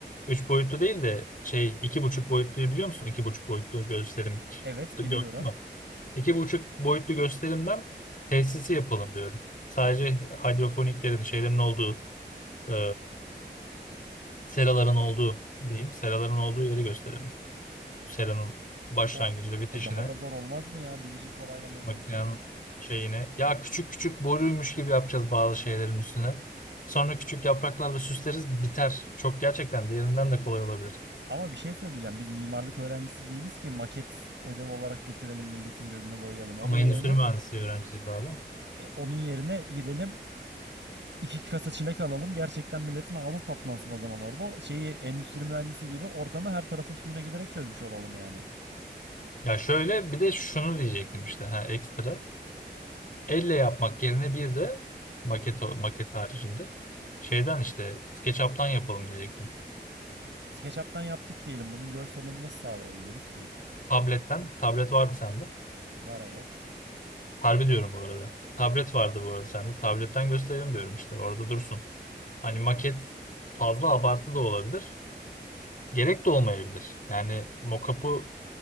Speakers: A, on the left; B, on the right.
A: Üç boyutlu değil de şey iki buçuk boyutluyu biliyor musun? İki buçuk boyutlu gösterim.
B: Evet
A: Gördün
B: biliyorum.
A: mü? İki buçuk boyutlu gösterimden tesisi yapalım diyorum. Sadece hidrofoniklerin şeylerin olduğu e, seraların olduğu diyeyim. Seraların olduğu yeri gösterelim. Seranın başlangıcı
B: O
A: ve bitişine.
B: o daha da zor olmaz mı ya biz işi kolaylamaya çalışırken?
A: Makinenin şeyini. Ya küçük küçük boruymuş gibi yapacağız bazı şeylerin üstüne. Sonra küçük yapraklarla süsleriz biter. Çok gerçekten diğerinden de kolay olabilir.
B: Ama bir şey söyleyeceğim. Biz mimarlık öğrencisi değiliz ki maket ödev olarak götürelim milletin gözünü boyayalım. Onun
A: Ama
B: yerine
A: Aynen. endüstri mühendisliği öğrencisiyiz abi.
B: e, onun yerine gidelim iki kasa çilek alalım. Gerçekten milletin ağzı tatlansın o zaman orada. Şeyi endüstri mühendisi gibi ortamı her tarafın suyuna giderek çözmüş olalım yani.
A: Ya şöyle bir de şunu diyecektim işte ha ekstra. Elle yapmak yerine bir de maket, maket haricinde şeyden işte SketchUp'tan yapalım diyecektim.
B: SketchUp'tan yaptık diyelim. Bunun görselini nasıl sağlayabiliriz ki?
A: Tabletten. Tablet vardı sende.
B: Var evet.
A: Harbi diyorum bu arada. Tablet vardı bu arada sende. Tabletten gösterelim diyorum işte. Orada dursun. Hani maket fazla abartı da olabilir. Gerek de olmayabilir. Yani mockup'ı